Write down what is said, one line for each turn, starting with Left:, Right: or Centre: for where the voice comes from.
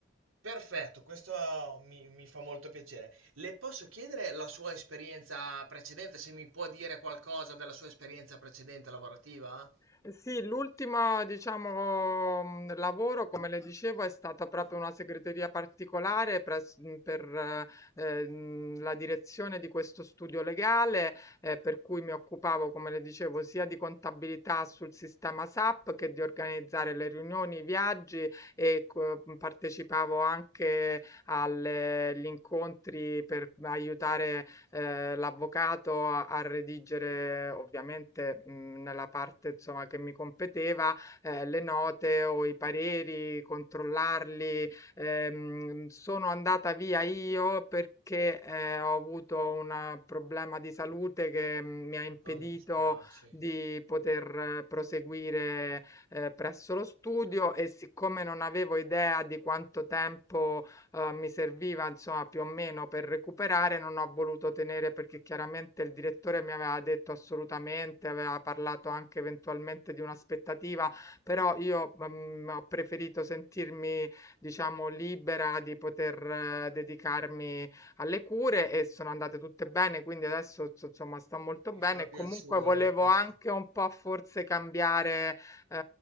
Right: Perfetto, questo oh, mi, mi fa molto piacere. Le posso chiedere la sua esperienza precedente, se mi può dire qualcosa della sua esperienza precedente lavorativa?
Left: Eh Sì, l'ultimo, diciamo, mh, lavoro, come le dicevo, è stata proprio una segreteria particolare pres- mh, per eh, eh, mh, la direzione di questo studio legale, eh, per cui mi occupavo, come le dicevo, sia di contabilità sul sistema SAP che di organizzare le riunioni, i viaggi e co- mh, partecipavo anche alle- agli incontri per aiutare ehm, l'avvocato a a redigere ovviamente, mhmm, nella parte insomma che mi competeva, ehm, le note o i pareri, controllarli. Ehm, sono andata via io perché, ehm, ho avuto un problema di salute che mh, mi ha impedito
Right: No, mi dispiace,
Left: di poter eh, proseguire, ehm, presso lo studio e siccome non avevo idea di quanto tempo uhm, mi serviva insomma più o meno per recuperare, non ho voluto tenere perché chiaramente il direttore mi aveva detto assolutamente, aveva parlato anche eventualmente di un'aspettativa, però io, mhmm, ho preferito sentirmi diciamo libera di poter eh, dedicarmi alle cure e sono andate tutte bene, quindi adesso so insomma sto molto bene
Right: mi fa
Left: e
Right: piacere
Left: comunque volevo
Right: questo.
Left: anche un po' forse cambiare, uhm,